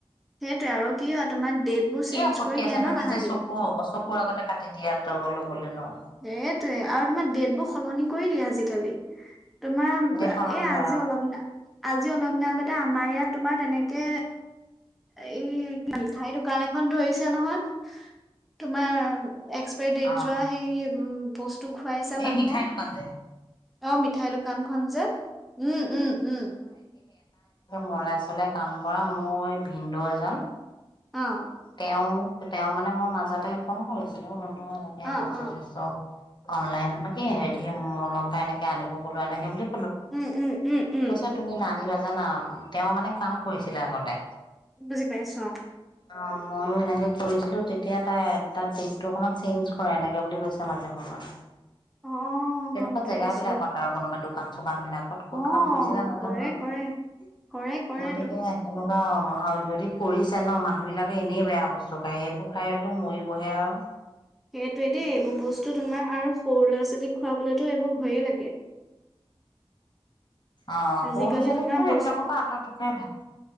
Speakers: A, in the centre; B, on the left.
A: সেইটোৱে আৰু কি হয় তোমাৰ ডেট বোৰ
B: কি
A: চেঞ্জ
B: আপত্তি
A: কৰি
B: আছে
A: দিয়ে
B: নো
A: ন
B: নিজে
A: তাহাতি।
B: চকু চকুৰ আগতে কাটি দিয়াটো ল'বলে ন।
A: সেইটোয়ে আৰু তোমাৰ ডেট বোৰ সলনি কৰি দিয়ে আজিকালি। তোমাৰ এ
B: ডেট সলনি
A: আজি
B: কৰা
A: অলপ দিনৰ আজি অলপ দিনৰ আগতে আমাৰ ইয়াত তোমাৰ তেনেকে এই মিঠাই দোকান এখন ধৰিছে নহয়। তোমাৰ এক্স এক্সপাইডেট
B: অ
A: যোৱা সেই উ বস্তু খুৱাইছে
B: এই
A: মানুহক।
B: মিঠাই দোকান যে
A: অ' মিঠাই দোকানখন যে উম উম উম।
B: মলাই চলাই কাম কৰা মোৰ ভিনদেউ এজন।
A: অ'।
B: তেওঁ মোক তেওঁ মানে মই মাজতে ফোন কৰিছিলোঁ মই বোলো এনেকে
A: অ
B: বস্তু
A: অ
B: চস্তু অনলাইন মানে কি হেৰি <unintelligible> এনেকে আনিব গ'লো এনেকে বুলি।
A: উম উম উম উম
B: কৈছে তুমি নানিবা জানা, তেওঁ মানে কাম কৰিছিলে আগতে।
A: বুজি পাইছোঁ।
B: অ' ময়ো এনেকে কৰিছিলো তেতিয়া তাই তাত ডেটটো অকণমান চেঞ্জ কৰে এনেকে বুলি কৈছে মাজে সময়ে।
A: <inaudible> অ
B: তেনেকুৱা
A: গম
B: জেগা
A: পাইছো
B: বিলাকত, আৰু কোনোবা দোকান চোকান বিলাক। ক'ত
A: অ
B: ক'ত কাম কৰিছিলে নাজানো
A: কৰে
B: আৰু
A: কৰে কৰে কৰে
B: গতিকে
A: তো
B: এনেকুৱা যদি কৰিছে ন মানুহ বিলাকক। এনেই বেয়া বস্তু খাই সেইবোৰ খাইতো মৰিবহে আও।
A: সেইটোৱে দেই এইবোৰ বস্তু তোমাৰ আৰু সৰু ল'ৰা-ছোৱালীক খুৱাবলৈতো এইবোৰ ভয়ে লাগে।
B: অ'
A: আজিকালি
B: সৰু ল'ৰা-ছোৱালীকতো
A: তোমাৰ বস্তু
B: এইবিলাকৰ পৰা আঁতৰত থকাই ভাল।